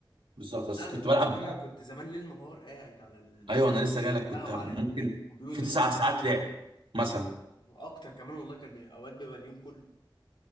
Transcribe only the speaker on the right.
بالظبط بس
كنت
بلعب
ايوه انا لسه جاي لك
كنت
ممكن
في تسع
ساعات لعب مثلا